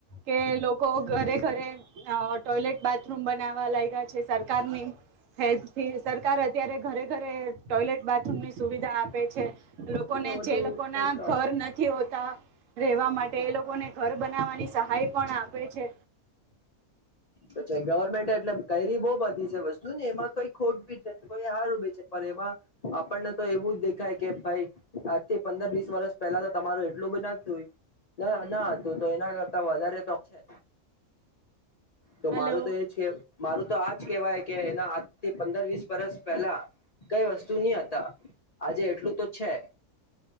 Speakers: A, on the right (about 70°); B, on the left (about 70°).
A: કે લોકો ઘરે ઘરે ટોયલેટ બાથરૂમ બનાવવા લાગ્યા છે સરકારની હેથી સરકાર અત્યારે ઘરે ઘરે ટોયલેટ બાથરૂમ ની સુવિધા આપે છે. લોકોને
B: બધું
A: જે લોકો
B: એ
A: ના
B: તો
A: ઘર નથી હોતા રહેવા માટે એ લોકોને ઘર બનાવાની સ ભાઈ પણ આપે છે.
B: પ્છ ગવર્મેન્ટ એટલે કરી બઉુ બધી છે વસ્તુ ને એમાં કોઈ ખોટ બી છે કોઈ હહાર ઉભે છે પરેમાં આપણને તો એવું જ દેખાય કે ભાઈ આજથી પંદર વીસ વર્ષ પહેલા તો તમારું એટલું બ નાતુંય ના ના હતું તો એના કરતા વધારે તો છે. તો મારું
A: હલો
B: તો એજ મારું તો આજ કેવાય કે એના આજ થી પંદર વીસ વર્ષ પહેલા કઈ વસ્તુ નહ હતા આજે એટલું તો છે.